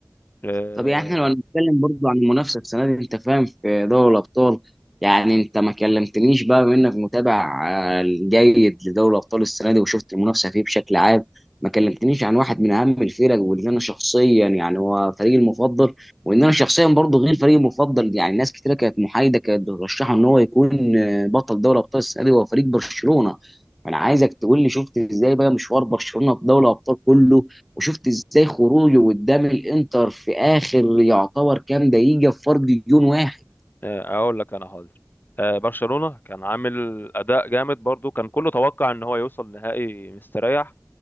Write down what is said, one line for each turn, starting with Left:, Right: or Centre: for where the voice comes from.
Left: آه،
Centre: طب يعني احنا لو هنتكلم برضو عن المنافسه السنه دي انت فاهم في دوري الابطال يعني انت ما كلمتنيش بقى بما انك متابع آه، جيد لدوري الابطال السنه دي وشفت المنافسه فيه بشكل عام ما كلمتنيش عن واحد من اهم الفرق واللي انا شخصيا يعني هو فريقي المفضل وان انا شخصيا برضو غير فريقي المفضل يعني ناس كتيره كانت محايده كانت بترشحه ان هو يكون آه، بطل دوري الابطال السنه دي هو فريق برشلونه انا عايزك تقول لي شفت ازاي بقى مشوار برشلونه في دوري الابطال كله وشفت ازاي خروجه قدام الانتر في اخر يعتبر كام دقيقه في فرق جون واحد
Left: آه، اقول لك انا حاضر آه، برشلونه كان عامل اداء جامد برضو كان كله توقع ان هو يوصل نهائي مستريح